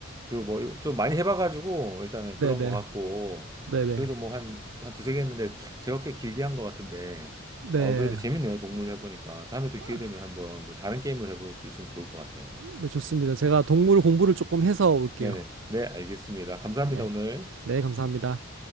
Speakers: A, on the right (about 15°); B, on the right (about 65°).
A: 그 뭐, 좀 많이 해봐가지고, 일단은 그런
B: 네네,
A: 것 같고,
B: 네네,
A: 그래도 뭐 한, 한 두세 개 했는데, 제가 꽤 길게 한 것 같은데,
B: 네.
A: 어, 그래도 재밌네요, 동물을 해보니까. 다음에 또 기회
B: 아,
A: 되면 한번 또 다른 게임을 해볼 수 있으면 좋을 것 같아요.
B: 네, 좋습니다. 제가 동물 공부를 조금 해서 올게요.
A: 네네. 네, 알겠습니다. 감사합니다,
B: 네.
A: 오늘.
B: 네, 감사합니다.